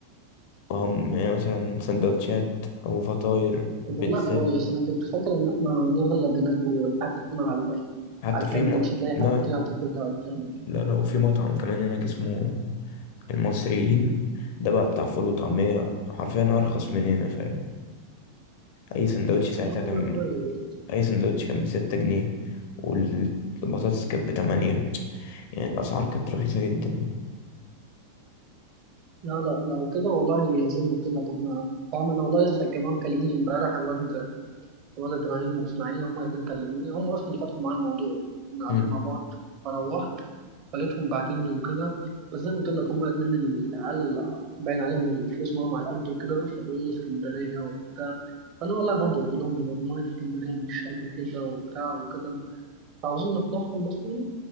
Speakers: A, on the left (about 50°); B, on the right (about 40°).
A: وهم يعني مثلا سندوتشات أو فطاير بيتزات
B: طب والله كويس انا كنت فاكر ان احنا نغلب هناك والحياة تكون على يعني
A: حتى
B: على الكد
A: في م...
B: مش هتلاقي
A: لا
B: حد كده هتاخدها وبتاع
A: لا لا وفي مطعم كمان هناك اسمه المصريين ده بقى بتاع فول وطعمية حرفيا أرخص من هنا فاهم أي سندوتش ساعتها
B: لا والله
A: كان
B: كويس
A: أي سندوتش كان بستة جنيه والبطاطس كانت بتمانية يعني الأسعار كانت رخيصة جدا يعني
B: لا لا لو كده والله زي ما قلت لك احنا فاهم انا والله لسه كمان مكلميني امبارح الواد الواد ابراهيم واسماعيل هما الاتنين كلموني هم اصلا اللي فتحوا معايا الموضوع كنا قاعدين
A: مم.
B: مع بعض فروحت خليتهم باعتين لي وكده بس زي ما قلت لك هما الاتنين العيال باين عليهم من الفلوس معاهم على قد وكده فبيقولوا لي اسكندرية وبتاع فأنا والله برضه قلت لهم مية اسكندرية مش قد كده وبتاع وكده فعاوزين نقنعهم مثلا